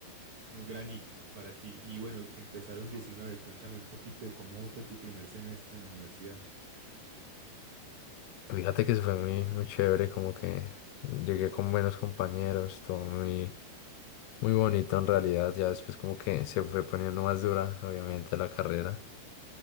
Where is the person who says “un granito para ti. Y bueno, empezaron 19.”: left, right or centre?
Right